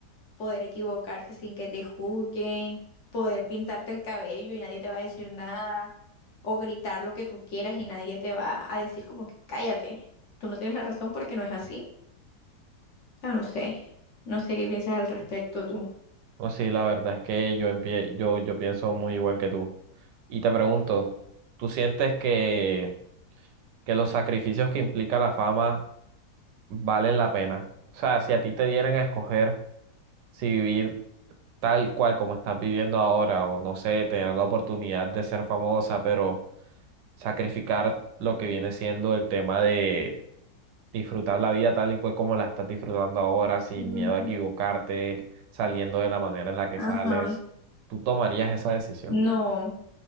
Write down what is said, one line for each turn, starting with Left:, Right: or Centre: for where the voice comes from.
Left: poder equivocarse sin que te juzguen, poder pintarte el cabello y nadie te va a decir nada, o gritar lo que tú quieras y nadie te va a decir como que cállate, tú no tienes la razón porque no es así. Ah, no sé, no sé qué piensas al respecto tú.
Right: No, sí, la verdad es que yo empie- yo yo pienso muy igual que tú. Y te pregunto, ¿tú sientes que que los sacrificios que implica la fama valen la pena? O sea, si a ti te dieran a escoger si vivir tal cual como estás viviendo ahora, o no sé, tener la oportunidad de ser famosa, pero sacrificar lo que viene siendo el tema de disfrutar la vida tal y cual como la estás disfrutando ahora, sin
Left: Mm,
Right: miedo a equivocarte, saliendo de la manera en la que
Left: Ajá.
Right: sales, tú tomarías esa decisión.
Left: No,